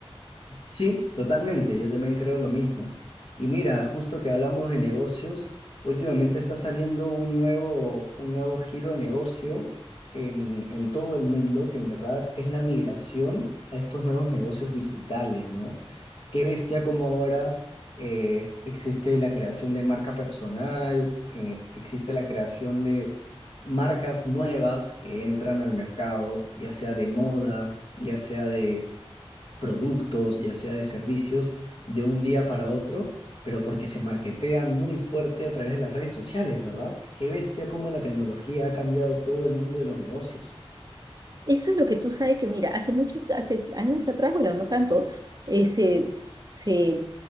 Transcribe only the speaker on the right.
Eso es lo que tú sabes que, mira, hace muchos, hace años atrás, bueno, no tanto, eh, se, se